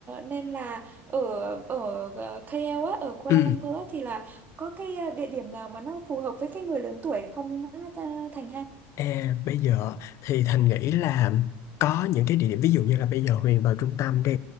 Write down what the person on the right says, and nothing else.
nên là ở ở ờ, KL á ở Kuala
Lumpur á, thì là có cái ờ, địa điểm nào mà nó phù hợp với cái người lớn tuổi không á, ta- Thành ha